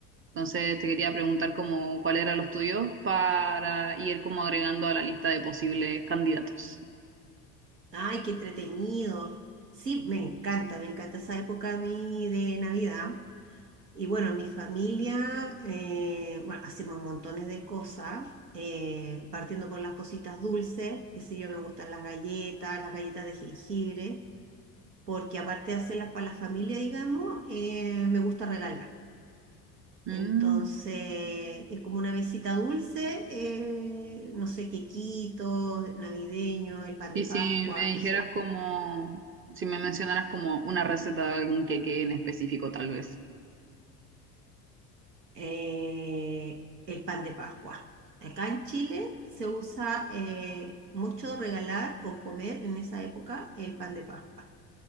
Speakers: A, on the right; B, on the right.
A: Entonces te quería preguntar como cuáles eran los tuyos para ir como agregando a la lista de posibles candidatos.
B: Ay, qué entretenido. Sí, me encanta, me encanta esa época a mí de Navidad. Y bueno, mi familia, eh, bueno, hacemos montones de cosas, eh, partiendo por las cositas dulces, que sé yo, me gustan las galletas, las galletas de jengibre, porque aparte de hacerlas para la familia, digamos, eh, me gusta regalar.
A: Mm.
B: Entonces, es como una mesita dulce, eh, no sé, quequitos navideños, el pan
A: Y
B: de Pascua,
A: si me dijeras
B: que son
A: como, si me mencionaras como una receta de algún queque en específico, tal vez.
B: eh, el pan de Pascua. Acá en Chile se usa eh, mucho regalar o comer en esa época el pan de Pascua.